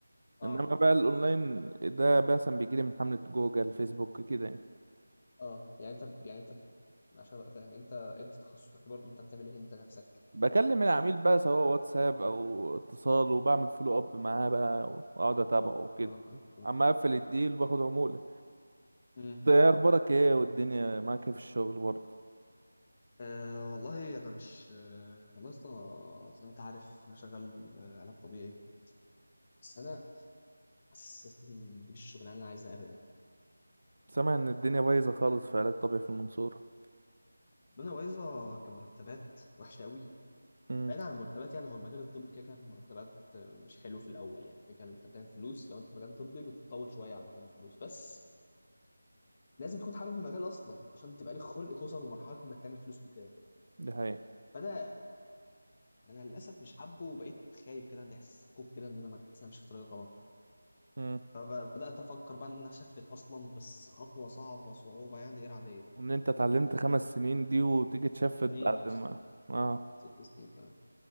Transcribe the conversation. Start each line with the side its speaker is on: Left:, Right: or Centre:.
Left: اه
Right: انما بقى الاونلاين ده مثلا بيجيلي من حملة جوجل فيسبوك كده يعني
Left: اه يعني انت يعني انت عشان ابقى فاهم انت انت تخصصك إيه برضه انت بتعمل ايه انت نفسك
Right: بكلم
Left: الشغل
Right: العميل بقى سواء واتساب او اتصال وبعمل فولو اب معاه
Left: اه
Right: بقى واقعد اتابعه
Left: اه
Right: وكده
Left: اه
Right: اما اقفل الديل باخد عمولة
Left: اه.
Right: انت ايه اخبارك ايه والدنيا معاك ايه في الشغل برضه
Left: أه والله أنا مش أه والله يا اسطى زي ما أنت عارف أنا شغال آه، علاج طبيعي بس أنا حاسس يا اسطى إن دي مش الشغلانة اللي أنا عايزها أبدا
Right: سامع ان الدنيا بايظه خالص في علاج طبيعي في المنصوره
Left: الدنيا بايظة كمرتبات وحشة قوي
Right: امم
Left: بعيد عن المرتبات يعني هو المجال الطبي كده كده في المرتبات آه، مش حلو في الأول يعني كده كده أنت بتعمل فلوس لو أنت في مجال طبي بتطول شوية على ما تعمل فلوس بس لازم تكون حابب المجال أصلا عشان تبقى لك خلق توصل لمرحلة إنك تعمل فلوس قدام
Right: دي حقيقه
Left: فأنا انا للاسف مش حابه وبقيت خايف كده عندي احساس خوف كده ان انا ما- حاسس إن انا ماشي في طريق غلط
Right: امم
Left: فبدأت أفكر بقى إن أنا أشفت أصلا بس خطوة صعبة صعوبة يعني غير عادية
Right: وان انت اتعلمت خمس سنين دي وتيجي تشفت
Left: سنين
Right: بعد
Left: يا اسطى
Right: ما اه
Left: ست سنين كمان